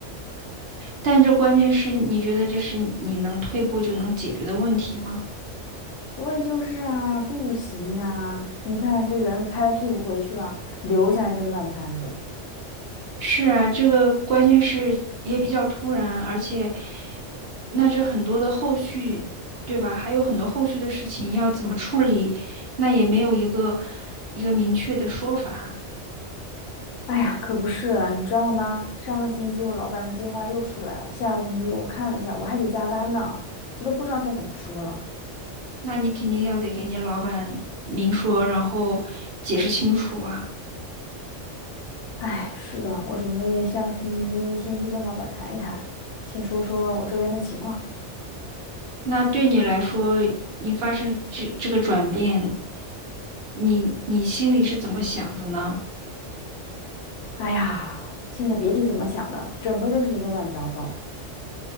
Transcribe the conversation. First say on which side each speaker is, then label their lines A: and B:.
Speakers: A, on the right; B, on the left.
A: 但这关键是你觉得这是你能退步就能解决的问题吗？
B: 所以就是啊，不行啊！你看这人拍拍屁股回去了，留下一堆烂摊子。
A: 是啊，这个关键是也比较突然，而且，那这很多的后续，对吧？还有很多后续的事情要怎么处理，那也没有一个一个明确的说法。
B: 哎呀，可不是啊，你知道吗？上个星期我老板的计划又出来了，下个星期我看了一下，我还得加班呢，这都不知道该怎么说了。
A: 那你肯定要得给你老板明说，然后解释清楚啊。
B: 哎，是的，我准备下个星期一先去跟老板谈一谈，先说说我这边的情况。
A: 那对你来说，你发生这这个转变，你你心里是怎么想的呢？
B: 哎呀，现在别提怎么想的，整个就是一个乱糟糟。